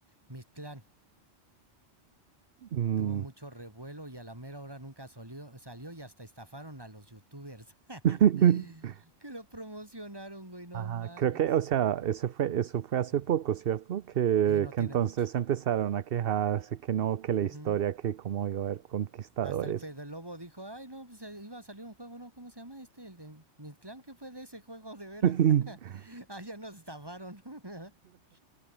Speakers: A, on the right; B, on the right.
A: Mictlán,
B: mm,
A: que tuvo mucho revuelo y a la mera hora nunca solió- salió y hasta estafaron a los youtubers <laughs>
B: <laughs>
A: que lo promocionaron, güey, no
B: ajá,
A: mames.
B: creo que, o sea, eso fue, eso fue hace
A: Mm.
B: poco, ¿cierto? Que,
A: Sí, no
B: que
A: tiene
B: entonces
A: mucho.
B: empezaron a quejarse que no, que la
A: Ujú.
B: historia, que cómo iba a haber conquistadores.
A: Hasta el Fede Lobo dijo, ay, no, pues eh, iba a salir un juego, ¿no? ¿Cómo se llama este? El de mi clan, ¿qué fue de ese juego, de veras?
B: <laughs>
A: <laughs> ah, ya nos estafaron. <laughs>